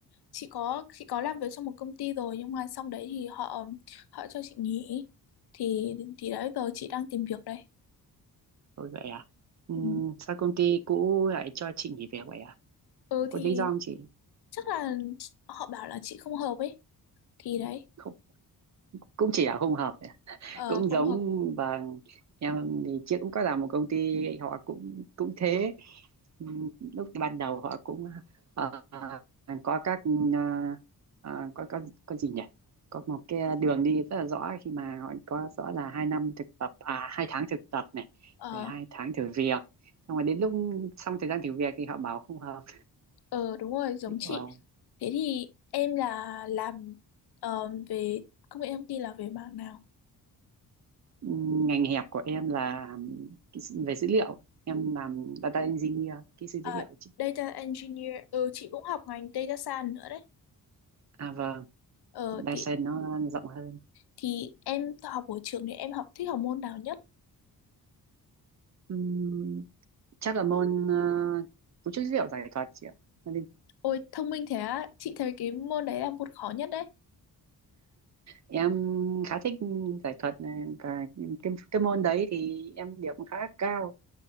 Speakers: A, on the left; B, on the right.
A: Chị có chị có làm việc trong một công ty rồi nhưng mà xong đấy thì họ họ cho chị nghỉ. Thì thì đấy giờ chị đang tìm việc đây.
B: Thôi vậy à. Ừm,
A: Ừ.
B: sao công ty cũ lại cho chị nghỉ việc vậy à?
A: Ừ
B: Có
A: thì
B: lý do không chị?
A: chắc là họ bảo là chị không hợp ấy thì đấy
B: Không, cũng chỉ là không hợp
A: ờ
B: cũng
A: không
B: giống
A: hợp
B: và em thì trước cũng có làm một công ty họ cũng cũng thế Ừ, lúc ban đầu họ cũng ờ, có các ờ, ờ, có có có gì nhỉ có một cái đường đi rất là rõ khi mà họ có rõ là hai năm thực tập à hai tháng thực tập này
A: ờ
B: rồi hai tháng thử việc xong rồi đến lúc xong thời gian thử việc thì họ bảo không hợp
A: ờ đúng rồi giống
B: Và
A: chị thế thì em là làm ờ, về công nghệ thông tin là về mảng nào
B: ừ, ngành hẹp của em là về dữ liệu em làm data engineer kỹ sư
A: à,
B: dữ liệu chị
A: data engineer ừ chị cũng học ngành data science nữa đấy
B: à vâng
A: ờ
B: Dyson
A: thì
B: nó rộng hơn
A: thì em học ở trường thì em học thích học môn nào nhất
B: Ừm, chắc là môn ờ, cấu trúc dữ liệu giải thuật chị ạ Cho nên
A: ôi thông minh thế á chị thấy cái môn đấy là môn khó nhất đấy
B: em khá thích giải thuật này, và cái, cái môn đấy thì em điểm khá cao